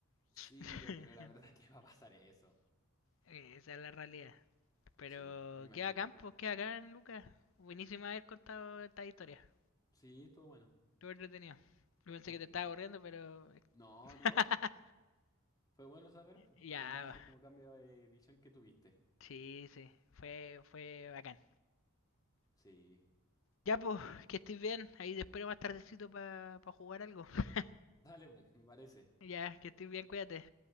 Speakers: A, on the left (about 15°); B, on the left (about 60°).
A: Sí,
B: <laughs>
A: yo creo la verdad <laughs> que va a pasar eso.
B: Eh, Esa es la realidad. Pero
A: Sí, me imagino.
B: qué bacán, pues qué bacán, Lucas. Buenísimo haber contado esta historia.
A: Sí, estuvo bueno.
B: Estuvo entretenido. Yo pensé
A: Ujú.
B: que te estaba aburriendo, pero...
A: No,
B: <laughs>
A: no, fue bueno saber, pues.
B: ya,
A: Nada más ese como cambio de visión que tuviste.
B: sí, sí. Fue, fue bacán.
A: Sí.
B: Ya, pues, que estés bien. Ahí te espero más tardecito para jugar algo. <laughs>
A: Dale, pues, me parece.
B: Ya, que estés bien, cuídate.